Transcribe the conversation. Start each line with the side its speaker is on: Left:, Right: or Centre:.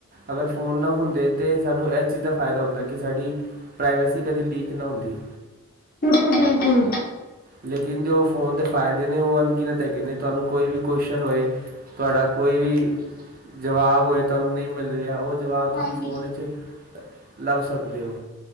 Right: ਅਗਰ ਫੋਨ ਨਾ ਹੁੰਦੇ ਤੇ, ਸਾਨੂੰ ਇਸ ਚੀਜ਼ ਦਾ ਫ਼ਾਇਦਾ ਹੁੰਦਾ ਕਿ ਸਾਡੀ ਪ੍ਰਾਈਵੇਸੀ ਕਦੇ ਲੀਕ ਨਾ ਹੁੰਦੀ।
Left: ਬਿਲਕੁਲ- ਬਿਲਕੁਲ।
Right: ਲੇਕਿਨ ਜੋ ਫੋਨ ਦੇ ਫ਼ਾਇਦੇ ਨੇ, ਉਹ ਅਨਗਿਨਤ ਹੈਗੇ ਨੇ, ਤੁਹਾਨੂੰ ਕੋਈ ਵੀ ਕੋਸ਼ਨ ਹੋਏ। ਤੁਹਾਡਾ ਕੋਈ ਵੀ ਜਵਾਬ ਹੋਏ, ਤੁਹਾਨੂੰ ਨਹੀਂ ਮਿਲ ਰਿਆ, ਉਹ ਜਵਾਬ ਤੁਸੀਂ
Left: ਹਾਂਜੀ
Right: ਫੋਨ 'ਚ, ਲੱਭ ਸਕਦੇ ਹੋ।